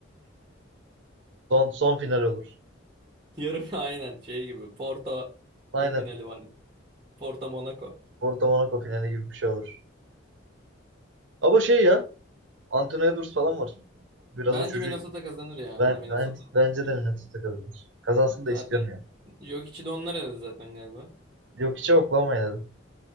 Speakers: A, on the right; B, on the right.
A: Son, son final olur.
B: <laughs> yarım aynen şey gibi. Porto
A: Aynen.
B: ne finali vardı? Porto Monaco.
A: Porto Monaco finali gibi bir şey olur. Ama şey ya. Anthony Edwards falan var. Biraz
B: Bence
A: o çocuğu
B: Minnesota kazanır ya.
A: ben,
B: Bana Minnesota
A: ben bence
B: geliyor.
A: de Minnesota kazanır. Kazansın da
B: Zaten
A: istiyorum yani.
B: yok içi de onlar eledi zaten galiba.
A: Yok hiç Oklahoma'ya dedim.